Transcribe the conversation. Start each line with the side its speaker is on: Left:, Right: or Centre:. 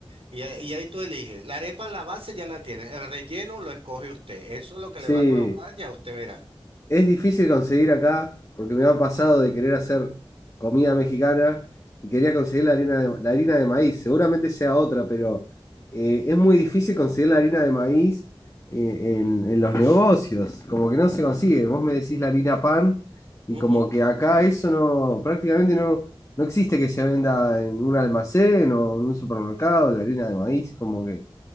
Right: Y, a- y ahí tú eliges. La arepa, la base ya la tienes. El relleno lo escoge usted. Eso es lo que
Left: Sí.
Right: le va a colocar, ya usted verá.
Left: Es difícil conseguir acá, porque me ha pasado de querer hacer comida mexicana y quería conseguir la harina de, la harina de maíz. Seguramente sea otra, pero eh, es muy difícil conseguir la harina de maíz eh, en, en los negocios. Como que no se consigue. Vos me decís la harina pan y
Right: Ujú.
Left: como que acá eso no, prácticamente no, no existe que se venda en un almacén o en un supermercado, la harina de maíz, como que